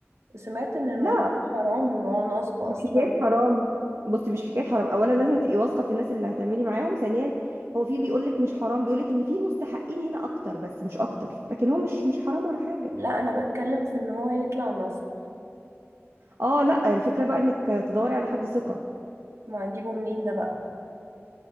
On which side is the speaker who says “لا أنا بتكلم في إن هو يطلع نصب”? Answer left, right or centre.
Right